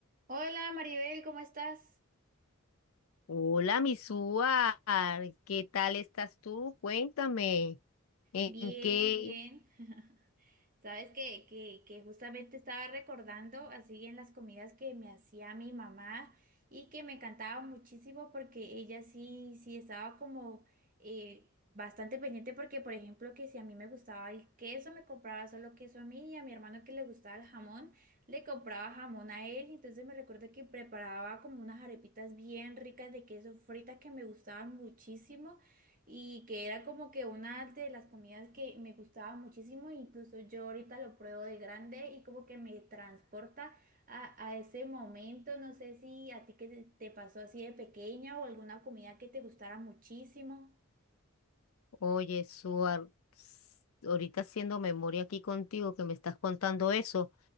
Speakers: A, on the right; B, on the left.
A: Hola Maribel, ¿cómo estás?
B: Hola, Misúa, ¿qué tal estás tú? Cuéntame, ¿en
A: Bien,
B: qué?
A: bien. <laughs> Sabes que, que, que justamente estaba recordando así en las comidas que me hacía mi mamá y que me encantaba muchísimo porque ella sí, sí estaba como eh, bastante pendiente porque, por ejemplo, que si a mí me gustaba el queso, me compraba solo queso a mí y a mi hermano que le gustaba el jamón, le compraba jamón a él. Entonces me recuerdo que preparaba como unas arepitas bien ricas de queso frita que me gustaban muchísimo. y que era como que una de las comidas que me gustaba muchísimo, incluso yo ahorita lo pruebo de grande y como que me transporta a, a ese momento, no sé si a ti que te te pasó así de pequeña o alguna comida que te gustara muchísimo.
B: Oye, Suar, ps, ahorita haciendo memoria aquí contigo que me estás contando eso,